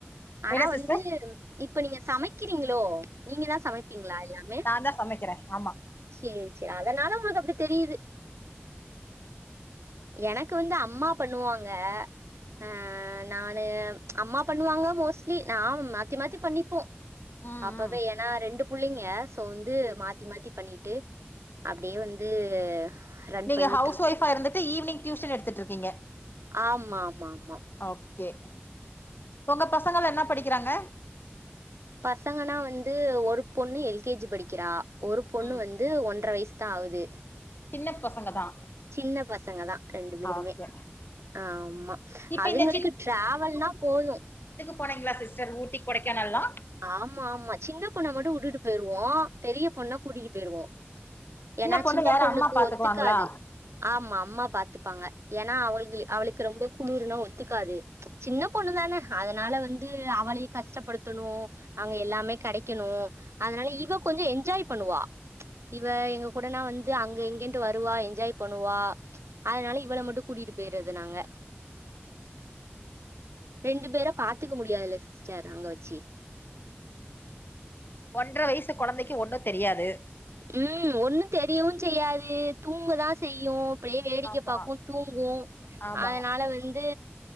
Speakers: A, on the right; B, on the left.
A: ஆனா
B: என்ன சிஸ்டர்
A: வந்து இப்ப நீங்க சமைக்கிறீங்ளோ நீங்க தா சமைப்பீங்ளா எல்லாமே
B: நா தா சமைக்கிற ஆமா
A: சேரி சேரி அதனால உங்களுக்கு அப்டி தெரியிது எனக்கு வந்து அம்மா பண்ணுவாங்க
B: ம்
A: ஆ நானு அம்மா பண்ணுவாங்க மோஸ்லி நா மாத்தி மாத்தி பண்ணிப்போ
B: ம்
A: அப்பவே
B: ம்
A: என் நா ரெண்டு புள்ளைங்க சோ வந்து மாத்தி மாத்தி பண்ணிட்டு அப்டியே வந்து ரன்
B: நீங்க
A: பண்ணிட்டு
B: ஹவ்ஸ்
A: இருக்கோம்
B: ஒய்ஃபா இருந்துட்டு ஈவ்னிங் ட்யூஷன் எடுத்துட்ருக்கீங்க
A: ஆமா ஆமா ஆமா
B: ஓகே ஒங்க பசங்கல்லா என்னா படிக்கிறாங்க
A: பசங்கனா வந்து ஒரு பொண்ணு எல் கே ஜி படிக்கிறா ஒரு பொண்ணு
B: ம்
A: வந் து ஒன்ற வயிஸ் தா ஆவுது
B: சின்ன பசங்க தான்
A: சின்ன பசங்க தா ரெண்டு பேருமே
B: ஓகே.
A: ஆமா
B: இப்ப
A: அதுங்களுக்கு
B: இந்த
A: ட்ராவல்னா போது
B: போனீங்ளா சிஸ்டர் ஊட்டி கொடைக்கானல்லா
A: ஆமா ஆமா சின்ன பொண்ண மட்டு வுட்டுட்டு பேய்ர்வோ பெரிய பொண்ண கூட்டிகிட் பேயிருவோ ஏனா
B: பொண்ணு
A: சின்ன
B: யாரு
A: பொண்ணுக்கு
B: அம்மா பாத்துக்குவாங்களா
A: ஒத்துகாது ஆமா அம்மா பாத்துப்பாங்க ஏனா அவள்ங்ளு அவளுக்கு ரொம்ப குளுர்னா ஒத்துக்காது சின்ன பொண்ணு தான அதனால வந்து அவளையு கஷ்டப்படுத்தனு அங்க எல்லாமே கெடைக்கனு அதனால இவ கொஞ்ச என்ஜாய் பண்ணுவா இவ எங்க கூடனா வந்து அங்க இங்கன்ட்டு வருவா என்ஜாய் பண்ணுவா அதனால இவள மட்டு கூட்டிட்டு பேய்றது நாங்க ரெண்டு பேர பாத்துக்க முடியாதில்ல சிஸ்டர் அங்க வச்சி
B: ஒன்ற வயசு கொழந்தைக்கு ஒண்ணு தெரியாது
A: ம் ஒண்ணு தெரியவு செய்யாது தூங்கதா செய்யு அப்டியே வேடிக்க
B: ஆமா
A: பாக்கு தூங்கு
B: ஆமா
A: அதனால வந்து